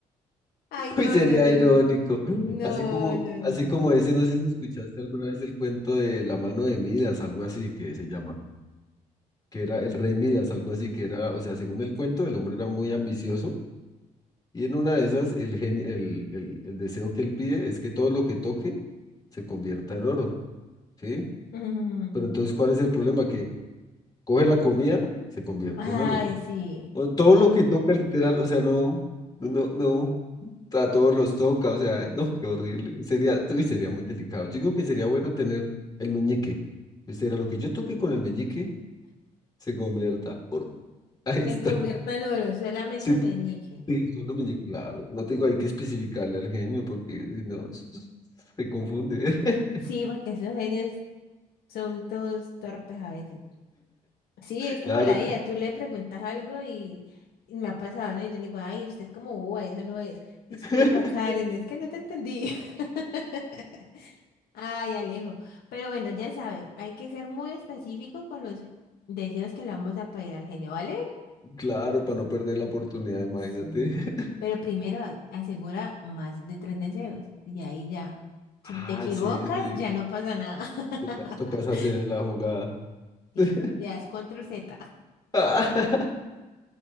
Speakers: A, on the left; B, on the left.
A: Ay,
B: <laughs>
A: no,
B: Uy, sería
A: no, no,
B: irónico.
A: no. No,
B: Así como,
A: no, no.
B: así como ese, no sé si escuchaste alguna vez el cuento de la mano de Midas, algo así que se llama, que era el rey Midas, algo así que era, o sea, según el cuento, el hombre era muy ambicioso y en una de esas el genio, el, el, el deseo que él pide es que todo lo que toque se convierta en oro, ¿sí?
A: Mm.
B: Pero entonces, ¿cuál es el problema? Que coge la comida, se convierte
A: Ay,
B: en oro.
A: sí.
B: O todo lo que toca, literal, o sea, no, no, no, a todos los toca, o sea, no, qué horrible. Sería, uy, sería muy delicado. Yo creo que sería bueno tener el meñique. O sea, lo que yo toque con el meñique se convierta oro. <laughs> Ahí
A: Se
B: está.
A: convierta en oro, solamente
B: Sí,
A: el meñique.
B: sí, solo meñique, claro. No tengo, hay que especificarle al genio porque si no, <laughs> se confunde. <laughs>
A: Sí, porque esos genios son todos torpes a veces. Sí, es como
B: Claro,
A: la IA, tú le preguntas algo y, y me ha pasado, ¿no? Y yo le digo, ay, usted como boba, eso no es. Disculpa,
B: <laughs>
A: Karen, es que no te entendí. <laughs> Ay, Alejo. Pero bueno, ya sabe, hay que ser muy específicos con los deseos que le vamos a pedir al genio, ¿vale?
B: claro, para no perder la oportunidad, imagínate.
A: Sí.
B: <laughs>
A: Pero primero a- asegura más de tres deseos y ahí ya. Si
B: Ah,
A: te equivocas,
B: sí, sí.
A: ya no pasa nada. <laughs>
B: Toca, tocas hacer la jugada.
A: Sí,
B: <laughs>
A: le das control Z.
B: Ah, <laughs>